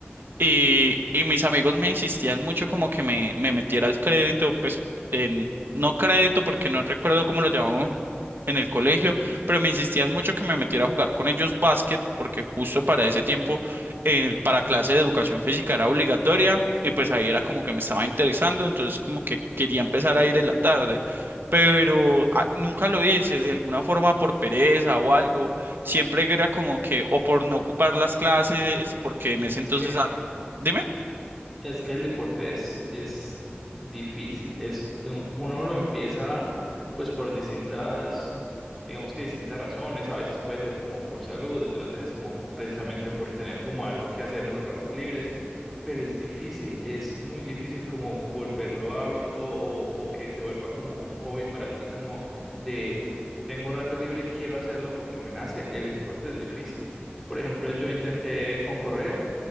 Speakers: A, on the right; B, in the centre.
A: y, y mis amigos me insistían mucho como que me, me metiera al crédito, pues en, no crédito porque no recuerdo cómo lo llamamos en el colegio, pero me insistían mucho que me metiera a jugar con ellos básquet porque justo para ese tiempo eh, para clase de educación física era obligatoria y pues ahí era como que me estaba interesando, entonces como que quería empezar a ir en la tarde, pero ah, nunca lo hice de alguna forma por pereza o algo siempre era como que o por no ocupar las clases, porque en ese
B: Es
A: entonces
B: que
A: Dime.
B: Es que el deporte es, es difícil. Es, u- uno lo empieza pues por distintas, digamos que distintas razones. A veces puede ser como por salud, otras veces como precisamente por tener como algo que hacer en los ratos libres. Pero es difícil, es muy difícil como volverlo hábito o, o que se vuelva como un hobby para ti, como de tengo un rato libre, quiero hacerlo porque me nace. El deporte es difícil. Por ejemplo, yo intenté con correr,